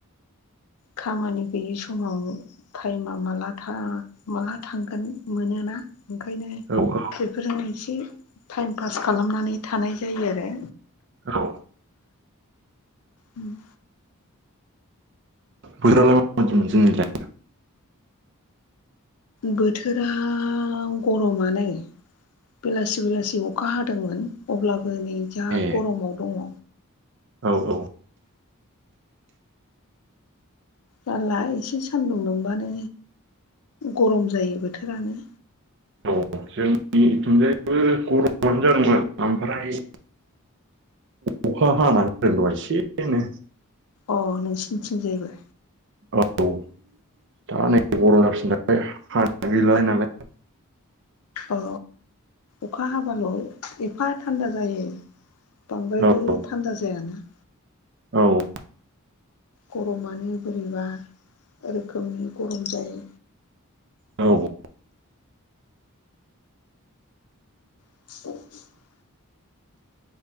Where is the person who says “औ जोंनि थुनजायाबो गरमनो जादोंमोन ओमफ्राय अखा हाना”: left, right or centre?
Right